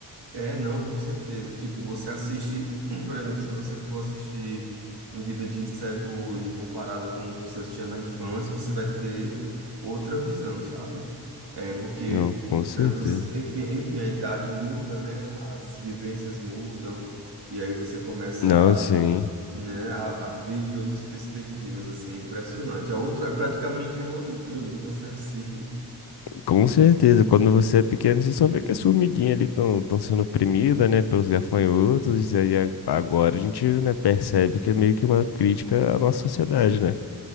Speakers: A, on the right (about 65°); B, on the left (about 65°).
A: É, não, com certeza. Tipo, você assiste, <clears throat> por exemplo, se você for assistir um Vida de Inseto hoje, comparado a como você assistia na infância, você vai ter outra visão, sabe? É, porque,
B: Não, com certeza.
A: é, você, enfim, enfim, a idade muda, né? As vivências mudam, e aí você começa,
B: Não, sim.
A: a, né, a, a ver de outras perspectivas, assim, é impressionante. É outro, é praticamente outro filme que você <laughs> assiste.
B: Com certeza, quando você é pequeno, você só vê que as formiguinhas ali estão sendo oprimidas, né, pelos gafanhotos, e aí a- agora a gente, né, percebe que é meio que uma crítica à nossa sociedade, né?